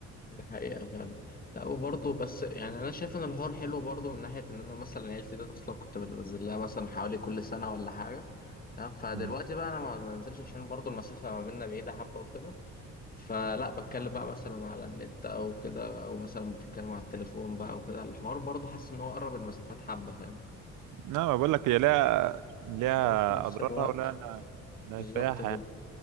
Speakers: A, on the left (about 30°); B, on the right (about 85°).
A: ده حقيقه فعلا لا وبرضه بس يعني انا شايف ان الحوار حلو برضه من ناحيه ان انا مثلا عيلتي ديت اصلا كنت بنزل لها مثلا حوالي كل سنه ولا حاجه تمام فدلوقتي
B: امم
A: بقى انا ما ما بنزلش عشان برضه المسافه ما بيننا بعيده حبه وكده فلا بتكلم بقى مثلا على النت او كده او مثلا بتتكلم على التليفون بقى وكده الحوار برضه حاسس ان هو قرب المسافات حبه فاهم
B: لا بقول لك هي ليها ليها
A: وفي نفس
B: اضرارها
A: الوقت
B: ولا انا نافعها
A: بالظبط كده
B: يعني.